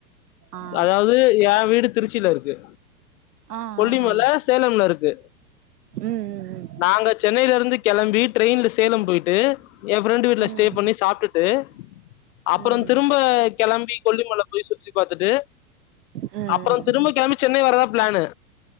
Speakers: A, on the right (about 75°); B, on the left (about 55°).
A: ஆ
B: அதாவது ஏ வீடு திருச்சில இருக்கு
A: ஆ ஆ
B: கொல்லிமல
A: ஆ ஆ
B: சேலம்ல இருக்கு
A: ம் ம்
B: நாங்க சென்னைலருந்து கெளம்பி ட்ரெயின்ல சேலம் போயிட்டு ஏ ஃப்ரெண்டு வீட்ல
A: ம் ம்
B: ஸ்டே பண்ணி சாப்டுட்டு அப்றம்
A: ம்
B: திரும்ப கெளம்பி கொல்லிமல போய் சுத்தி பாத்துட்டு
A: ம் ம்
B: அப்றம் திரும்ப கெளம்பி சென்னை வரதா ப்ளானு